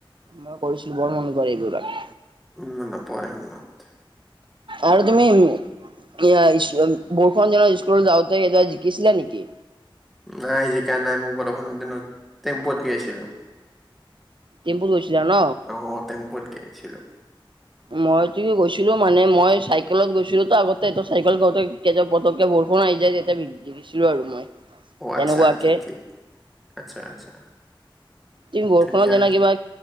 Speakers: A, on the right; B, in the centre.
A: মই কৰিছিলো বৰ মন কৰে এইবোৰাক
B: উন, মোৰ নপৰে মনত।
A: আৰু তুমি উম <unintelligible> বৰষুনৰ দিনত স্কুলত যাওঁতে তেতিয়া জিকিছিলা নেকি?
B: নাই জিকা নাই মই বৰষুণৰ দিনত টেম্পুত গেইছিলো।
A: টেম্পুত গৈছিলা ন?
B: অ', টেম্পত গেইছিলো।
A: মই ত গৈছিলো মানে মই চাইকেলত গৈছিলো তো আগতে চাইকেল গতে পতক্কে বৰষুণ ষুণআহি যাই তেতিয়া জিকিছিলো আৰু মই।
B: অহ,
A: তেনেকুৱাকে।
B: আচ্ছা ঠিক- ঠিক, আচ্ছা -আচ্ছা।
A: তুমি বৰষুণত
B: ধুনীয়া
A: এনেই কিবা